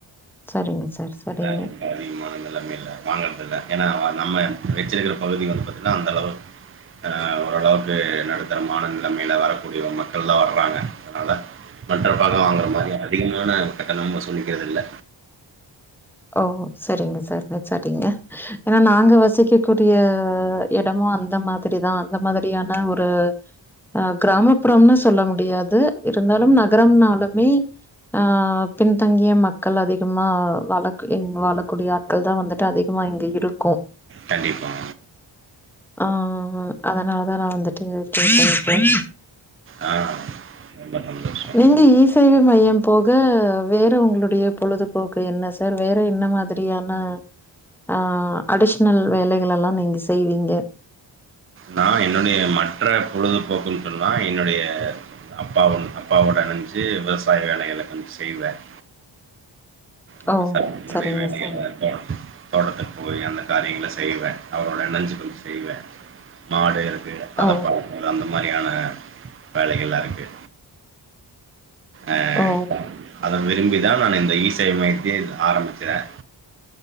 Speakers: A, in the centre; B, on the right (about 25°).
A: சரிங்க சார் சரிங்க.
B: ஆஹ் வரிமானல்லாமே இல்ல வாங்கறது இல ஏன்னா நம்ம வச்சிருக்ற பகுதி வந்து பாத்தீங்னா அந்த அளவுக் ஓரளவுக்கு நடுத்தரமான நிலமையில வாழக்கூடிய மக்கள்லார்க்காங்க அதனால் மற்ற பாகம் அவங் ஒரு மாரி அதிகமான கட்டனம்ம சொல்லிகிறது இல்ல
A: ஓ சரிங்க சரி சரிங்க ஏன்னா நாங்க வசிக்கக்கூடிய எடமும் அந்த மாதிரிதா அந்த மாதிரியான ஒரு அஹ் கிராமப்புறம்னு சொல்ல முடியாது இருந்தாலும் நகரம்னாலுமே ஆஹ் பின்தங்கிய மக்கள் அதிகமா வளத் எங் வாழக்கூடிய ஆட்கள் தா வந்துட்டு அதிகமா இங்க இருகோம்
B: கண்டிப்பா
A: ஆஹ அதனாலதான் நான் வந்துட்டு பேசியிருப்பேன்
B: ஆ ரொம்ப சந்தோஷம்.
A: நீங்க இசேவை மையம் போக வேற உங்களுடைய பொழுதுபோக்கு என்ன சார் சார் வேற என்ன மாதிரியான அஹ அடிஷனல் வேலைகள் எல்லாம் நீங்க செய்வீங்க
B: நான் என்னுடைய மற்ற பொழுதுபோக்குன்னு சொன்னா என்னுடைய அப்பா அப்பாவோட இனஞ்சு விவசாய வேலைகள கொஞ்ச செய்வேன் விவசாயுடய
A: ஓ! சரிங்க
B: வேலைகள்
A: சார்.
B: தான் தோட்டத்துக்கு போய் அந்த காரியங்களை செய்வேன் அவரோட இணைஞ்சு கொஞ்சம்செய்வேன் மாடு அத
A: ஓ!
B: பாக்குற அந்த மாதிரி வேலைகளாம் இருக்கு அஹ
A: ஓ!
B: அதன் விரும்பி தான் நான் இந்த ஈஸ் இந்தமயத்தில் ஆரம்பிச்சிசேன்